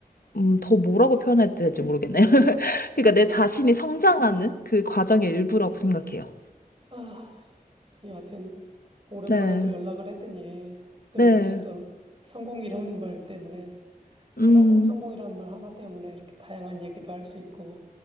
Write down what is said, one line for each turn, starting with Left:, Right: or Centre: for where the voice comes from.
Left: 음, 더 뭐라고 표현해야 될지 모르겠네요. <laughs> 그러니까 내 자신이 성장하는 그 과정의 일부라고 생각해요.
Right: 아, 여하튼, 오랜만에
Left: 네,
Right: 또 연락을 했더니, 또
Left: 네,
Right: 이렇게 또 성공이라는 말 때문에, 하나,
Left: 음.
Right: 성공이라는 말 하나 때문에 이렇게 다양한 얘기도 할 수 있고,